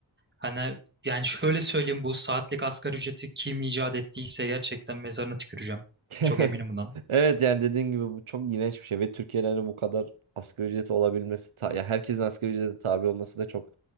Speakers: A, on the right; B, on the right.
A: Hani yani şöyle söyleyeyim bu saatlik asgari ücreti kim icat ettiyse gerçekten mezarına tüküreceğim.
B: <laughs>
A: Çok eminim bundan.
B: Evet yani dediğin gibi bu çok iğrenç bir şey ve Türkiye'de hani bu kadar asgari ücreti olabilmesi ta- ya herkesin asgari ücrete tabi olması da çok